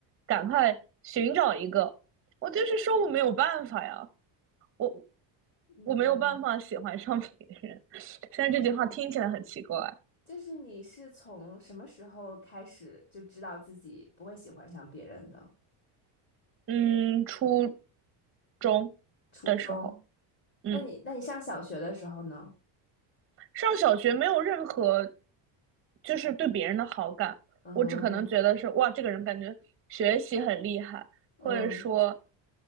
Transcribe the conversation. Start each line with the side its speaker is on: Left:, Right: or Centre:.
Right: 赶快寻找一个。我就是说我没有办法呀，我
Left: 嗯，
Right: 我没有办法喜欢上别人。<laughs> 虽然这句话听起来很奇怪，
Left: 就是你是从什么时候开始就知道自己不会喜欢上别人的？
Right: 嗯，初中的时候，
Left: 初中？
Right: 嗯。
Left: 那你那你上小学的时候呢？
Right: 上小学没有任何就是对别人的好感，
Left: 嗯
Right: 我只可能觉得是哇，这个人感觉学习很厉害，
Left: 嗯
Right: 或者说，